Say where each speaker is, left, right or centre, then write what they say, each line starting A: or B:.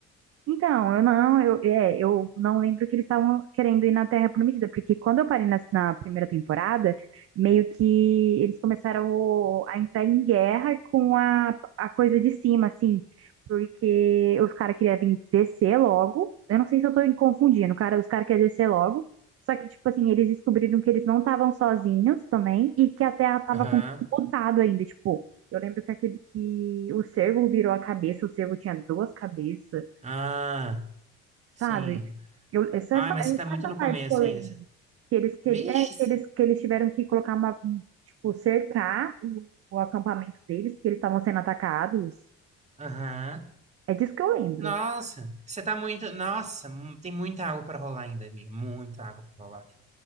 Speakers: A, on the right; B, on the right.
A: Então, eu não, eu, é, eu não lembro que eles estavam querendo ir na Terra Prometida, porque quando eu parei na, na primeira temporada, meio que eles começaram o- a entrar em guerra com a, a coisa de cima, assim, porque os caras queriam vir descer logo. Eu não sei se eu tô me confundindo, cara, os caras queriam descer logo. Só que, tipo assim, eles descobriram que eles não estavam sozinhos também e que a Terra tava
B: Aham.
A: com tudo lotado ainda, tipo. Eu lembro que, aquele, que o cervo virou a cabeça, o cervo tinha duas cabeças
B: Ah,
A: sabe?
B: sim.
A: Eu, é só
B: Ah,
A: essa,
B: mas
A: é
B: você tá
A: só
B: muito
A: essa
B: no
A: parte
B: começo
A: que eu lembro.
B: ainda.
A: Que eles, que, ele-
B: Vixe!
A: é,
B: cê-
A: que eles, que eles tiveram que colocar uma, um, tipo, cercar o, o acampamento deles, porque eles estavam sendo atacados.
B: Aham.
A: É disso que eu lembro.
B: Nossa, você tá muito. Nossa, mu- tem muita água pra rolar ainda, amiga. Muita água pra rolar.